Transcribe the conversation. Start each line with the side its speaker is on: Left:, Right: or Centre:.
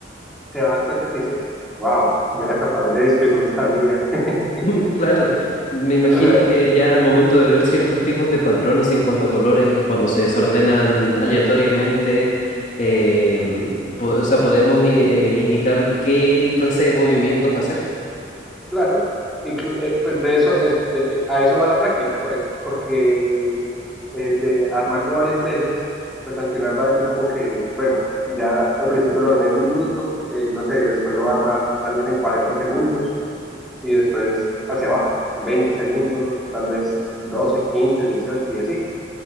Centre: se va a dar cuenta que dice, wow, yo era capaz de esto y no lo sabía. <laughs>
Left: Mm, Claro, me imagino
Centre: O sea,
Left: que ya al momento de ver ciertos tipos de patrones en cuanto a colores, cuando se desordenan aleatoriamente, eh, po- o sea, podemos eh, indicar qué clase de movimientos hacer.
Centre: Claro, inclu- eh, pues de eso es, de- eh, a eso va la práctica, pues, porque eh, de armarlo varias veces, pues al final va a decir como que, bueno, ya al principio lo armé en un minuto, eh, no sé, después lo va a armar tal vez en 40 segundos y después hacia abajo, 20 segundos, tal vez 12, 15, 18 y así.